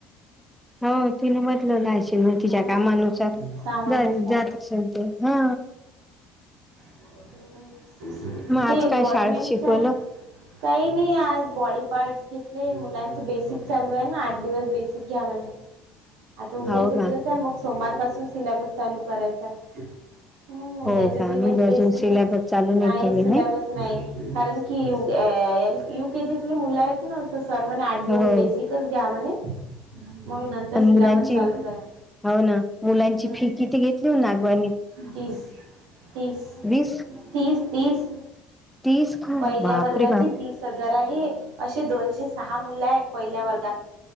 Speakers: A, in the centre; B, on the right (about 70°).
A: हो तिने बदलला आहेशल मग तिच्या
B: हम्म,
A: कामानुसार
B: कामानुसार
A: जात हा
B: हम्
A: मग आज
B: ते
A: काय
B: गवर्मेंटच्या
A: शाळेत शिकवलं
B: काही नाही आज बॉडी पार्टस घेतले मुलांच बेसिक चालू आहे ना आठ दिवस बेसिक घ्या म्हणे आता उद्याचा
A: हो का
B: दिवस आहे मग सोमार पाासून सिलेबस चालू करायचा आहे. हम्
A: हो
B: उद्याच्या
A: का
B: दिवस
A: म्हणजे अजून
B: बेसिक
A: सिलेबस
B: कच आहे
A: चालू
B: नाही
A: केले
B: सिल्या नाही कारण की ल यु केजीतले मुलं आहेत. नवत सर म्हणे आठ दिवस
A: हो
B: बेसिकच घ्या म्हणे. मग नंतर
A: आणि
B: सिलॅबस
A: मुलांची
B: चालू करा.
A: हो ना मुलांची
B: हम्म
A: फी किती घेतली हो नागवानी?
B: तीस तीस
A: वीस
B: तीस तीस.
A: तीस. का
B: पहिल्या
A: बापरे
B: वर्गाची
A: बाप
B: तीस हजार आहे असे दोनशे सहा मुलं आहे पहिल्या वर्गात.